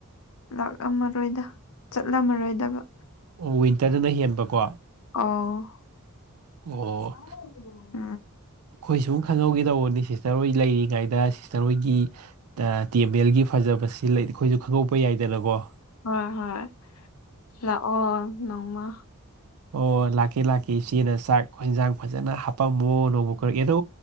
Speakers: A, on the left; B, on the right.
A: ꯂꯥꯛꯑꯃꯔꯣꯏꯗ ꯆꯠꯂꯝꯃꯔꯣꯏꯗꯕ
B: ꯑꯣ ꯋꯤꯟꯇꯔꯗꯅ ꯍꯦꯟꯕꯀꯣ
A: ꯑꯣ
B: ꯑꯣ
A: <unintelligible>
B: ꯑꯩꯈꯣꯏ ꯁꯨꯝ ꯈꯪꯍꯧꯒꯦ ꯇꯧꯕꯅꯤ ꯁꯤꯁꯇꯔ ꯍꯣꯏ ꯂꯩꯔꯤꯉꯩꯗ ꯁꯤꯁꯇꯔ ꯍꯣꯏꯒꯤ ꯇꯦꯝꯕꯦꯜꯒꯤ ꯐꯖꯕꯁꯤ ꯂꯩ ꯑꯩꯈꯣꯏꯁꯨ ꯈꯪꯉꯧꯕ ꯌꯥꯏꯗꯅꯀꯣ
A: ꯍꯣꯏ ꯍꯣꯏ ꯂꯥꯛꯑꯣ ꯅꯣꯡꯃ
B: ꯑꯣ ꯂꯥꯛꯀꯦ ꯂꯥꯛꯀꯦ ꯏꯆꯦꯅ ꯆꯥꯛ ꯍꯟꯖꯥꯡ ꯐꯖꯅ ꯍꯥꯄꯝꯃꯣ ꯅꯣꯡꯃ ꯀꯣꯏꯔꯛꯀꯦ ꯑꯗꯣ